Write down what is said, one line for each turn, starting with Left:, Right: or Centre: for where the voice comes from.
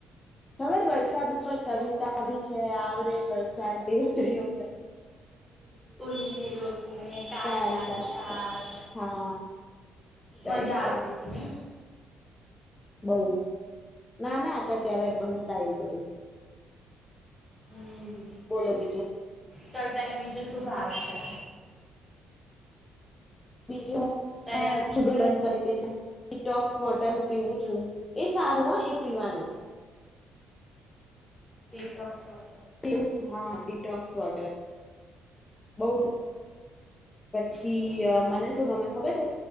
Left: ખબર વરસાદ ઉપર કવિતા ભી છે આવરેે વરસાદ દેવતરીઓ
Centre: ઉની ઉની રોટલી ને કારેલાનું
Left: સારી લાગે
Centre: શાક
Left: છે હા રાઈટ
Centre: મજા આવતી
Left: રાઈટ
Centre: હતી ને.
Left: બઉ નાના હતા ત્યારે ભણતા એવું બધું.
Centre: હમ્મ.
Left: બોલો બીજું?
Centre: ચલતાને બીજું શું ભાવે છે?
Left: બીજું
Centre: તને
Left: મેં શુગર બન કરીધી છે. ડીટોક્સ વોટર પીવું છું એ સારું હ એ પીવાનું.
Centre: ટીકટોક ફોટો
Left: <inaudible> હા દીટોક વોટર. બુ છી
Centre: હમ
Left: મને શું ગમે ખબર?